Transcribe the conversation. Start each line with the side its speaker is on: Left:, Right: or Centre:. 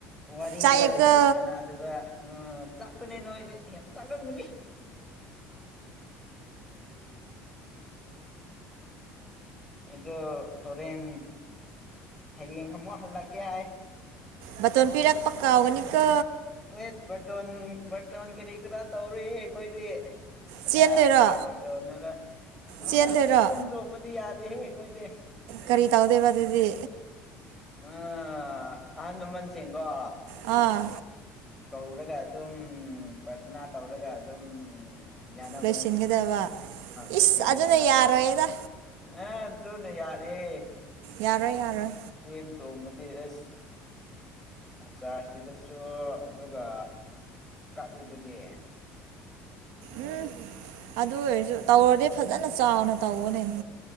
Centre: ꯋꯥꯔꯤꯗ
Right: ꯆꯥꯛꯑꯦꯀꯣ
Centre: ꯁꯥꯟꯅꯗꯕ ꯎ ꯆꯥꯛꯄꯅꯦ ꯅꯣꯏ꯫ ꯅꯣꯏ ꯌꯥꯝ ꯆꯥꯛꯔꯝꯒꯅꯤ꯫ ꯑꯗꯣ ꯍꯣꯔꯦꯟ ꯍꯌꯦꯡ ꯑꯃꯛ ꯍꯜꯂꯛꯀꯦ ꯍꯥꯏ꯫
Right: ꯃꯇꯣꯟ ꯄꯤꯔꯛꯄ ꯀꯥꯎꯒꯅꯤ ꯀꯣ꯫
Centre: <unintelligible> ꯕꯔꯇꯣꯟ ꯀꯦꯔꯤ ꯀ꯭ꯔ ꯇꯋꯥꯔ ꯌꯦ ꯀꯣꯏꯗꯦ꯫ ꯀꯗꯥꯏꯗꯒꯤ
Right: ꯆꯦꯟꯗꯣꯏꯔꯣ
Centre: ꯕꯔꯇꯣꯟꯅꯣꯗ꯫ ꯎꯝ
Right: ꯆꯦꯟꯗꯣꯏꯔꯣ
Centre: ꯆꯦꯟ ꯆꯣꯡꯕꯗꯤ ꯌꯥꯗꯦꯍꯦ ꯑꯩꯏꯗꯦ꯫
Right: ꯀꯔꯤ ꯇꯧꯗꯦꯕ ꯑꯗꯨꯗꯤ꯫
Centre: ꯎꯝ ꯑꯍꯥꯟꯂꯃꯟ ꯁꯤꯒꯣ꯫
Right: ꯑꯥ꯫
Centre: ꯀꯧꯔꯒ ꯑꯗꯨꯝ ꯄꯔꯊꯅꯥ ꯇꯧꯔꯒ ꯑꯗꯨꯝ꯫ ꯌꯥꯅꯕꯅꯦ
Right: ꯂꯣꯏꯁꯤꯟꯒꯗꯕ
Centre: ꯂꯣꯏꯁꯤꯟꯒꯗꯕ꯫
Right: ꯏꯁ ꯑꯗꯨꯅ ꯌꯥꯔꯣꯏꯗ
Centre: ꯑ ꯑꯗꯨꯅ ꯌꯥꯔꯦ꯫
Right: ꯌꯥꯔꯣꯏ ꯌꯥꯔꯣꯏ꯫
Centre: ꯆꯦꯟ ꯆꯣꯡꯕꯗꯤ ꯑꯦꯁ ꯑꯆꯥꯔꯖꯀꯤꯗꯁꯨ꯫ ꯑꯗꯨꯒ ꯀꯛꯏꯗꯨꯗꯤ꯫
Right: ꯎꯝ ꯑꯗꯨ ꯑꯣꯏꯔꯁꯨ ꯇꯧꯔꯗꯤ ꯐꯖꯅ ꯆꯥꯎꯅ ꯇꯧꯕꯅꯦ꯫